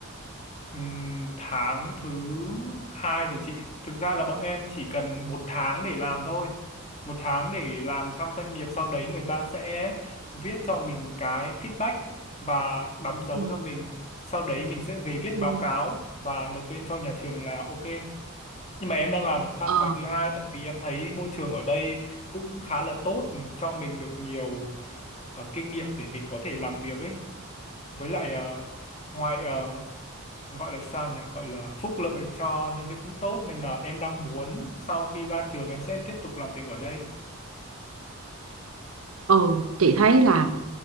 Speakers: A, on the left (about 30°); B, on the right (about 75°).
A: ừm, tháng thứ hai rồi chị thực ra là bọn em chỉ cần một tháng để làm thôi một tháng để làm trong doanh nghiệp sau đấy người ta sẽ viết cho mình cái feedback và đóng dấu
B: Ừ.
A: cho mình sau đấy mình sẽ về viết
B: Ừ.
A: báo cáo và nộp lên cho nhà trường là ok nhưng mà em đang làm sang
B: Ờ,
A: tháng thứ hai tại vì em thấy môi trường ở đây cũng khá là tốt cho mình được nhiều ờ, kinh nghiệm để mình có thể làm việc ấy với lại ờ, ngoài ờ, gọi là sao nhỉ gọi là phúc lợi cho nhân viên cũng tốt nên là em đang muốn sau khi ra trường em sẽ tiếp tục làm việc ở đây
B: ừ, chị thấy là